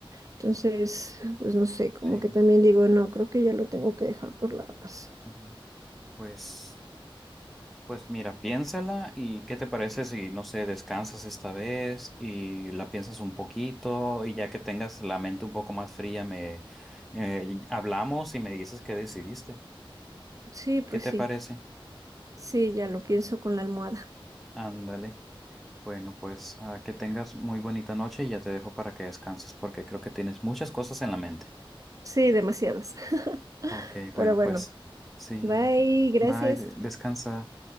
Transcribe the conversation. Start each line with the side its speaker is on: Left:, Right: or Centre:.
Right: Entonces, pues no sé, como
Centre: sí.
Right: que también digo, no, creo que ya lo tengo que dejar por la paz.
Centre: ujú. Pues. Pues mira, piénsala y qué te parece si, no sé, descansas esta vez y la piensas un poquito y ya que tengas la mente un poco más fría, me eh, hablamos y me dices qué decidiste.
Right: Sí, pues
Centre: ¿Qué te
Right: sí,
Centre: parece?
Right: sí, ya lo pienso con la almohada.
Centre: Ándale. Bueno, pues ah, que tengas muy bonita noche y ya te dejo para que descanses porque creo que tienes muchas cosas en la mente.
Right: Sí, demasiadas. <laughs>
Centre: Ok, bueno,
Right: Pero bueno,
Centre: pues sí.
Right: bye, gracias.
Centre: Bye, de- descansa.